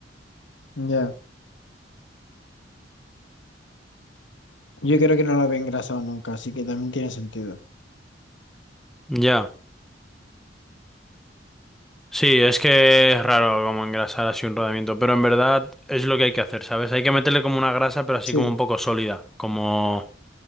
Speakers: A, on the left; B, in the centre.
A: Ya. Yo creo que no lo había engrasado nunca, así que también tiene sentido.
B: Ya, sí, es que es raro como engrasar así un rodamiento, pero en verdad es lo que hay que hacer, ¿sabes? Hay que meterle como una grasa, pero así
A: Sí,
B: como un poco sólida, como...